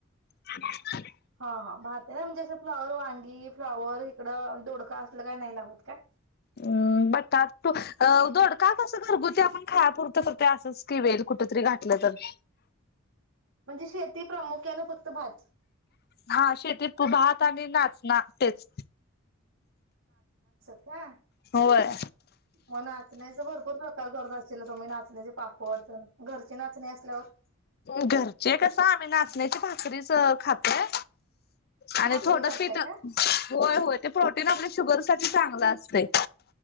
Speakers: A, on the left; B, on the right.
A: <unintelligible>
B: हा भात आहे ना म्हणजे असं फ्लावर, वांगी, फ्लावर, इकडं दोडका असलं काय नाही लावत काय?
A: हम् बटाटू, दोडका कसं घरगुती आपण खायापुरत करतोय आसचकी वेल कुठ तरी घातलं तर
B: म्हणजे शेती प्रामुख्यानं फक्त भात.
A: हा शेतीत तू भात आणि नाच ना तेच.
B: हा
A: होय
B: मग नाचण्याच भरपूर प्रकार करत आश्चीला तुम्ही नाचण्याचे पापड तीन घरची नाचणी असल्यावर
A: घरचे कस आम्ही नाचण्याची भाकरीच खातय आणि
B: भाकरी
A: थोडं
B: करताय
A: पित
B: काय?
A: होय होय ते प्रोट ते ना आपल्या शुगर साठी चांगलं असतय